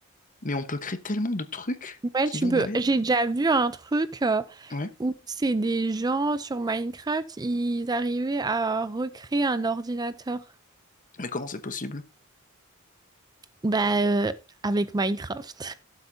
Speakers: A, on the left (about 40°); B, on the right (about 20°).
A: mais on peut créer tellement de trucs
B: Ouais,
A: qui
B: tu
A: vont
B: peux.
A: derrière.
B: J'ai déjà vu un truc. euh,
A: Ouais.
B: où c'est des gens sur Minecraft, ils arrivaient à recréer un ordinateur.
A: Mais comment c'est possible?
B: Bah, euh, avec Minecraft.